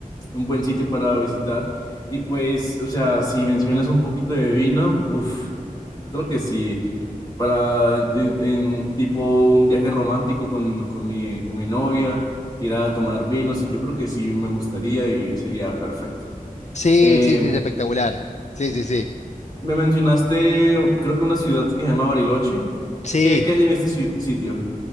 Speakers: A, on the left; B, on the left.
A: un buen sitio para visitar. Y pues, o sea, si mencionas un poquito de vino, uff, yo creo que sí para en, en- en tipo un viaje romántico con, con mi, con mi novia, ir a tomar vinos y yo creo que sí me gustaría y sería perfecto.
B: Sí,
A: Eh,
B: sí, sí, es espectacular. Sí, sí, sí.
A: me mencionaste, creo que una ciudad que se llama Bariloche.
B: Sí.
A: ¿Qué, qué hay en este sit- sitio?